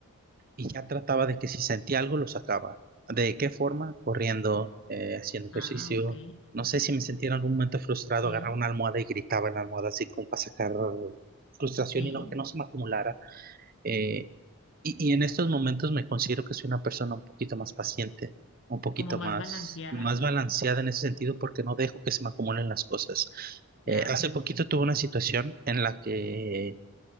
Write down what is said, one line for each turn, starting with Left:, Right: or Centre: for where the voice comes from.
Right: y ya trataba de que si sentía algo lo sacaba. ¿De qué forma? Corriendo, eh, haciendo ejercicio.
Left: ah, ok.
Right: No sé si me sentía en algún momento frustrado,
Left: Sí,
Right: agarraba una almohada y gritaba en la almohada así como para sacar frustración
Left: sí.
Right: y no que no se me acumulara. eh, y, y en estos momentos me considero que soy una persona un poquito más paciente, un poquito
Left: Como más
Right: más,
Left: balanceada,
Right: más balanceada en ese sentido porque no dejo que se me acumulen las cosas.
Left: claro.
Right: Eh, hace poquito tuve una situación en la que